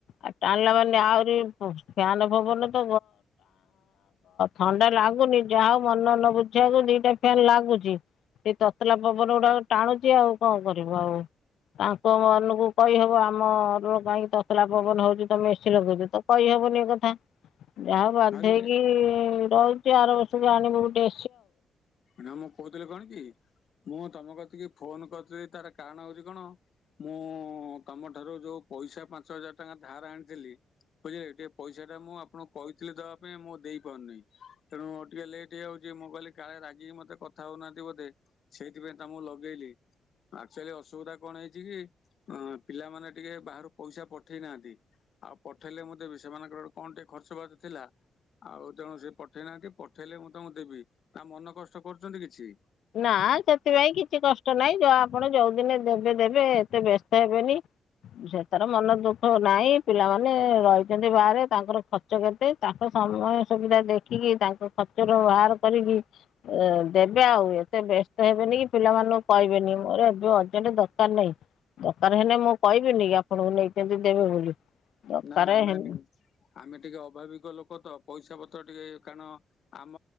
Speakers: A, on the left (about 75°); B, on the left (about 50°).
A: ଆଉ ଟାଣିଲା ମାନେ ଆହୁରି ଫାନ ଭବନ ତ ଥଣ୍ଡା ଲାଗ ଆାଗୁନି ଯା ହଉ ମନ ନ ବୁଝିବାକୁ ଦିଟା ଫ୍ୟାନ୍ ଲାଗୁଛି। ସେ ତତଲା ପବନ ଗୁଡା ଟାଣୁଛି ଆଉ କଣ କରିବୁ ଆଉ ତୋ ମନକୁ କହିହବ ଆମ କାହିଁକି ତସଲା ପବନ ହଉଛି ତ ଏସିି ଲଗୁଛ ତ କହିହବନି ଏ କଥା। ହେ, ଯାହା ବାଧେଇକି
B: ନହେଲେ
A: ରହୁଚି। ଆର ବର୍ଷକୁ ଆଣିବୁ ଗୁଟେ
B: ନା ମୁଁ କହୁଥିଲି କଣ କି? ମୁଁ ତୋମ କତିକି ଫୋନ୍ କରିଥିଲି ତାର କାରଣ ହଉଚି କଣ ମୁଁ ତୋମଠାରୁ ଯୋଉ ପଇସା ପାଞ୍ଚ ହଜାର ଟଙ୍କା ଧାର ଆଣିଥିଲି। ବୁଝିଲେ ଟିକେ ପଇସା ଟା ମୁଁ ଆପଣଙ୍କୁ କହିଥିଲି ଦବା ପାଇଁ ମୁଁ ଦେଇ ପାରୁନେଇ। ତେଣୁ ଟିକେ ଲେଟ୍ ହେଇଯାଉଚି। କି ମୁଁ କହିଲି କାଳେ ରାଗିିକି ମୋତେ କଥା ହଉନାହାନ୍ତି ବୋଧେ। ସେଇଥିପାଇଁ ତ ମୁଁ ଲଗେଇଲି। ଆକ୍ଚୁଲି ଅସୁବିଧା କଣ ହେଇଚି କି ଅଁ ପିଲାମାନେ ଟିକେ ବାହାରୁ ପଇସା ପଠେଇ ନାହାନ୍ତି। ଆଉ ପଠେଇଲେ ମୁଁ ଦେବି। ସେମାନଙ୍କର ଗୋଟେ କଣ ଟିକେ ଖର୍ଚ୍ଚ ବାଚ ଥିଲା। ଆଉ ତେଣୁ ସେ ପଠେଇ ନାହାନ୍ତି। ପଠେଇଲେ ମୁଁ ତୋମକୁ ଦେବି। ତା ମନ କଷ୍ଟ କରୁଚନ୍ତି କିଛି?
A: ନା ସେଥିପାଇଁ କିଛି କଷ୍ଟ ନାହିଁ। ଯ ଆପଣ ଯୋଉଦିନେ ଦେବେ ଦେବେ ଏତେ ବ୍ୟସ୍ତ ହେବେନି। ସେ ତାର ମନ ଦୁଃଖ ନାହିଁ ପିଲାମାନେ ରହିଛନ୍ତି ବାହାରେ ତାଙ୍କର ଖର୍ଚ୍ଚ କେତେ ତାଙ୍କ ସମୟ ସୁବିଧା ଦେଖିକି ତାଙ୍କ ଖର୍ଚ୍ଚର ବାହାର କରିକି ଆ ଦେବେ ଆଉ ଏତେ ବ୍ୟସ୍ତ ହେବେନି କି ପିଲାମାନଙ୍କୁ କହିବେନି ମୋର ଏବେ ଅରଜେଣ୍ଟ ଦରକାର ନାହିଁ ଦରକାର ହେଲେ ମୁଁ କହିବିନି କି ଆପଣଙ୍କୁ ନେଇଛନ୍ତି ଦେବେ ବୋଲି ଦରକାର
B: ନା ଆମେ
A: ହେଲେ
B: ଆମେ ଟିକେ ଅଭାବିକ ଲୋକ ତ ପଇସା ପତ୍ର ଟିକେ କାରଣ ଆମ